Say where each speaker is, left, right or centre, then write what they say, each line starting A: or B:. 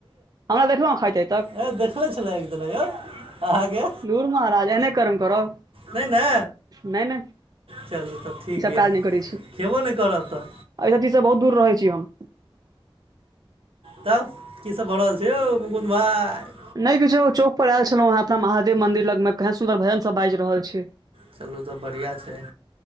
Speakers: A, on the right; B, on the right.
A: हमरा देखलौ हें खाइत। आइ तक
B: ह देखने छलौ एकदिना यौ अहाँकै।
A: धूर महाराज एहने कर्म करब।
B: नहि ने।
A: नहि- नहि।
B: चलू तब ठीक
A: ईसभ
B: यऽ
A: काज नहि करै छी
B: खेबो नहि करब तऽ।
A: एहि सब चीजसँ बहुत दूर रहै छी हम।
B: तब कीसभ भऽ रहल छैय यौ मुकुन्द भाइ।
A: नहि किछो चौक पर आयल छलहुँ हेँ अपना महादेव मन्दिर लगमे केहेन सुन्दर भजनसभ बाजि रहल छैय।
B: चलू तऽ बढ़िआँ छैय।